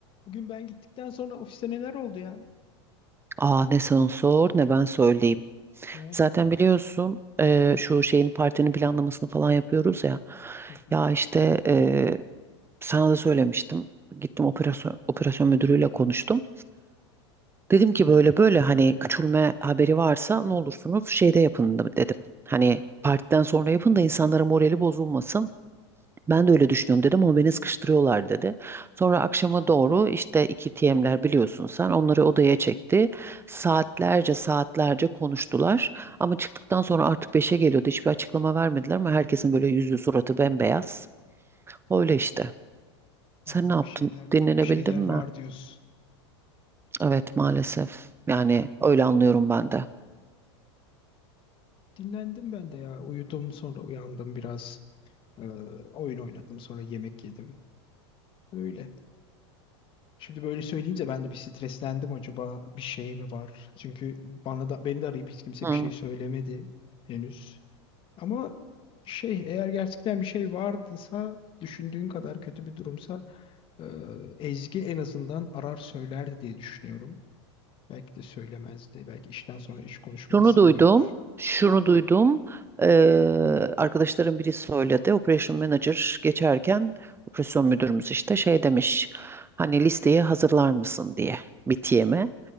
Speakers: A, on the left; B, on the right.
A: Bugün ben gittikten sonra ofiste neler oldu ya?
B: Aa ne sen sor ne ben söyleyeyim.
A: Ne oldu
B: Zaten
A: be?
B: biliyorsun eee, şu şeyin partinin planlamasını falan yapıyoruz ya.
A: Hı hı.
B: Ya işte eee, sana da söylemiştim. Gittim operasyon, operasyon müdürüyle konuştum. Dedim ki böyle böyle hani küçülme haberi varsa ne olursunuz şeyde yapın da- dedim. Hani partiden sonra yapın da insanların morali bozulmasın. Ben de öyle düşünüyorum dedim ama beni sıkıştırıyorlar dedi. Sonra akşama doğru işte iki TM'ler biliyorsun sen onları odaya çekti. Saatlerce saatlerce konuştular. Ama çıktıktan sonra artık beşe geliyordu. Hiçbir açıklama vermediler ama herkesin böyle yüzü suratı bembeyaz. Öyle işte. Sen
A: Aa,
B: ne yaptın?
A: bir şeyler
B: Dinlenebildin
A: bir şeyler
B: mi?
A: var diyorsun.
B: Evet maalesef. Yani öyle anlıyorum ben de.
A: Dinlendim ben de ya. Uyudum sonra uyandım biraz. Ee, oyun oynadım sonra yemek yedim. Öyle. Şimdi böyle söyleyince ben de bir streslendim acaba bir şey mi var? Çünkü bana da beni de arayıp hiç kimse
B: Hı.
A: bir şey söylemedi henüz. Ama şey eğer gerçekten bir şey vardıysa düşündüğün kadar kötü bir durumsa ee, Ezgi en azından arar söylerdi diye düşünüyorum. Belki de söylemezdi. Belki işten sonra iş konuşmak
B: Şunu
A: istemiyordur.
B: duydum, şunu duydum. Eee arkadaşlarım biri söyledi. Operation Manager geçerken operasyon müdürümüz işte şey demiş. Hani listeyi hazırlar mısın diye BTM'e.